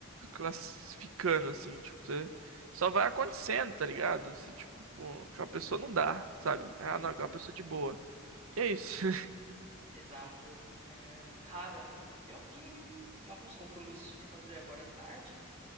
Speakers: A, on the right; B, on the right.
A: classificando, assim, tipo, você só vai acontecendo, tá ligado? Se, tipo, pô, aquela pessoa não dá, sabe? Ah,
B: É,
A: não, aquela pessoa é de boa. E é isso. <laughs>
B: exato. É, cara, eu tenho alguns compromissos para fazer agora à tarde.